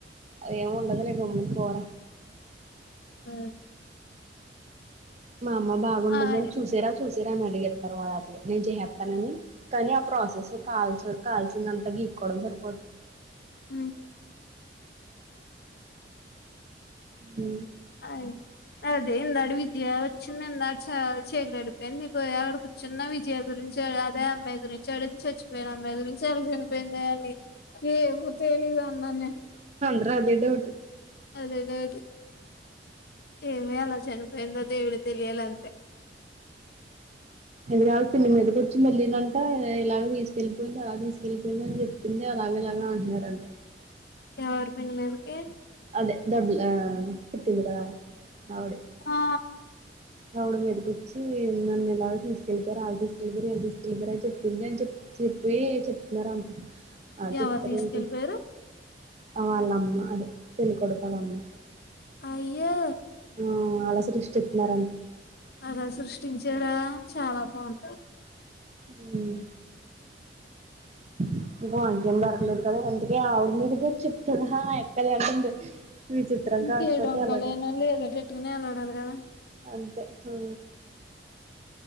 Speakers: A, on the right (about 40°); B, on the left (about 60°).
A: అదేమ ఉండదులే గమ్మన పోరా
B: ఆ
A: మా అమ్మ బాగుండిందని
B: ఆయ్
A: చూసే రాస్ చూసరాని అడిగ తర్వా అ నేను చేస్తతానని కానీ ఆ ప్రాసెస్ కాల్ కాల్సినంతగా ఈకోవడం సరిపోది
B: ఉ
A: ఊ
B: ఆయ్ అదే ఇందాడు విజయ వచ్చింది ఇందాడు చ చీకడడిపోయింది నీ పో అక్కడ కూర్చున్న విజయ గురించి జడ అదే అమ్మాయి గురించి చెడించి చచ్చిపోయాను అమ్మాయి గురించి చల్ జనిపోయిందే అని ఏమో తెలీదు దన్నానేను
A: డ్రదే డౌట్
B: అదే డౌట్ ఏమో ఎలా చనిపోయిందో దేవుడికి తెలియాల అంతె
A: ఊ లేకపోతే నీ మీదకు వచ్చి మళ్ళీ నన్ అ ఇలాగ తీసుకెళ్ళలిపోయింది అలా తీసుకెళ్ళలిపోయింద అని చెప్పింది అలాగే ఇలాగా అంటున్నారంట
B: ఎవర్ పిన్ మీదికి
A: అదే డబ్ల్ ఆ <unintelligible> నవుడి
B: ఆ
A: ఆవిడ మీద కోచ్చి నన్ను ఎలా తీసుకెళ్లిపోరారు అళ్ళ తీసుకెళ్లిపోారు ఎలా తీసుకెళ్లిపోయారు అని చెప్పింది అని చెప్పి చెప్పి చెప్తున్నారంట అ చెప్తారేంటి
B: ఎవరు తీసుకెళ్ళిపోయారు
A: వాళ్ళమ్మ అదే పెళ్లి కొడకాలమ్మ
B: అయ్యో
A: ఆ అల సృష్టిస్తున్నారంట
B: అలా సృష్టించార చాలా బాగుంది
A: ఊ <inaudible> <inaudible> ఇంకో అకేం దొరకలేదు కదా అందుకే ఆవిడ మీదకి చెప్తది ఆ ఎక్కలే అంటుంది విచిత్రం
B: ఇంకే
A: కాకపోతే
B: డొంకలేనోళ్ళు
A: అలాగా
B: ఏదో పెట్టుకుని ఎలాడాలి కదా
A: అంతే ఊ